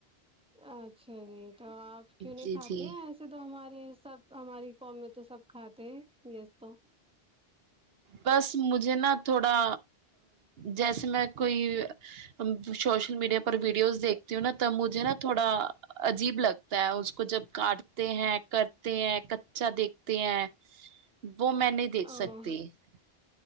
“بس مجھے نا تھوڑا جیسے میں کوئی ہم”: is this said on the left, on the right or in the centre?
Right